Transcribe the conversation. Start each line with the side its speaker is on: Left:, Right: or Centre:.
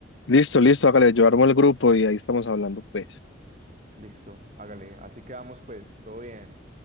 Left: Listo, listo, hágale, yo armo el grupo y ahí estamos hablando, pues.
Right: Listo, hágale, así quedamos pues, todo bien.